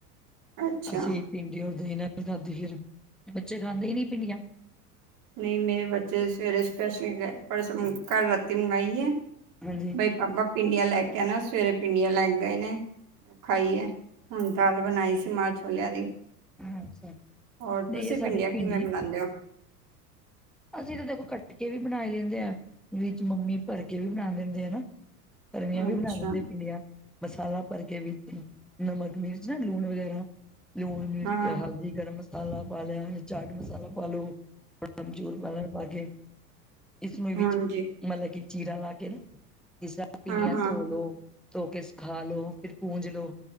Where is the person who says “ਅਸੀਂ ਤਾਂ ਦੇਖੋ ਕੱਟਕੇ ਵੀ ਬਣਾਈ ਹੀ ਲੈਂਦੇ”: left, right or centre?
Centre